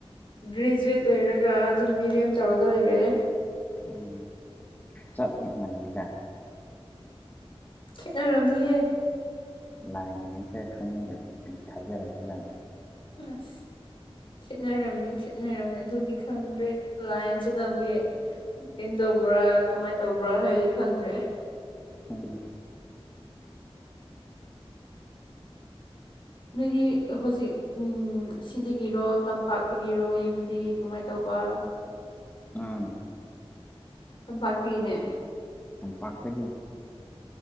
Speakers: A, on the left; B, on the left.
A: ꯒ꯭ꯔꯦꯖꯨꯋꯦꯠ ꯂꯣꯏꯔꯒ ꯑꯗꯨꯝ ꯃꯤꯔꯦꯝ ꯇꯧꯔꯒ ꯂꯩꯔꯦ
B: ꯎꯝ ꯆꯠ ꯍꯦꯛ ꯃꯅꯦꯗ
A: ꯈꯦꯠꯅꯔꯝꯅꯤꯍꯦ
B: ꯂꯥꯏꯅꯤꯡꯅ ꯆ ꯈꯪ ꯅꯗꯦ ꯊꯖꯔꯁꯨ ꯌꯥꯝ
A: ꯑꯁ ꯈꯦꯠꯅꯔꯝꯅꯤ ꯈꯈꯤꯠꯅꯔꯝꯅꯤ ꯑꯗꯨꯗꯤ ꯈꯪꯗ꯭ꯔꯦ ꯂꯥꯏꯅ ꯆꯅꯕꯒꯤ ꯀꯩꯅꯣ ꯇꯧꯕ꯭ꯔꯥ ꯀꯃꯥꯏꯅ ꯇꯧꯕ꯭ꯔꯥ ꯍꯥꯏꯕꯗꯤ ꯈꯪꯗ꯭ꯔꯦ
B: ꯎꯝ
A: ꯅꯣꯏꯒꯤ ꯍꯧꯖꯤꯛ ꯎꯝ ꯑꯁꯤꯗꯒꯤꯔꯣ ꯇꯝꯄꯥꯛꯇꯒꯤꯔꯣ ꯌꯨꯝꯗꯤ ꯀꯃꯥꯏꯅ ꯇꯧꯕ
B: ꯎꯝ
A: ꯆꯄꯥꯄꯤꯅꯦ
B: ꯄꯇ